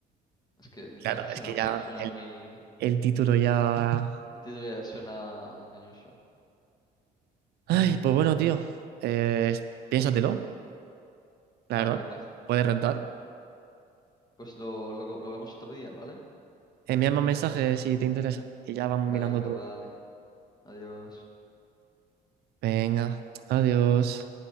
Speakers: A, on the left; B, on the right.
A: Es que de
B: Claro,
A: tanto
B: es
A: suena
B: que ya
A: muy, suena
B: el,
A: muy.
B: el título ya.
A: El título ya suena engañoso.
B: Ay, pues bueno, tío. eh, piénsatelo, la
A: Ah,
B: verdad.
A: venga.
B: Puedes rentar.
A: Pues lo, lo, co- lo hablamos otro día, ¿vale?
B: Envíame un mensaje si te interesa. Y ya vamos
A: Venga,
B: mirando todo.
A: vale. Adiós.
B: Venga, adiós.